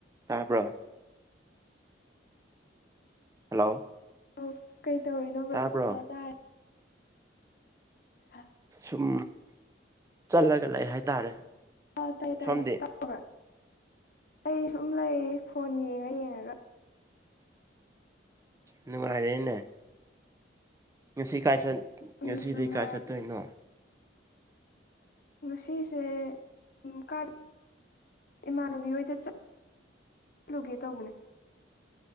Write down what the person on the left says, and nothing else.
ꯑꯣ ꯀꯩ ꯇꯧꯔꯤꯅꯣꯕ꯭ꯔꯣ
ꯇ ꯑ
ꯑꯥꯎ ꯇꯥꯏꯌꯦ ꯇꯥꯏꯌꯦ
ꯇꯥꯎ꯭ꯔ ꯑꯩ ꯁꯨꯝ ꯂꯩꯔꯤ ꯐꯣꯟ ꯌꯦꯡꯉ ꯌꯦꯡꯉꯒ
ꯎꯝ
ꯅꯨꯡꯉꯥꯏꯔꯦ
ꯉꯁꯤꯁꯦ ꯎꯝ ꯀꯥꯏ ꯏꯃꯥꯟꯅꯕꯤ ꯑꯣꯏꯗ ꯆꯠꯂꯨꯒꯦ ꯇꯧꯕꯅꯦ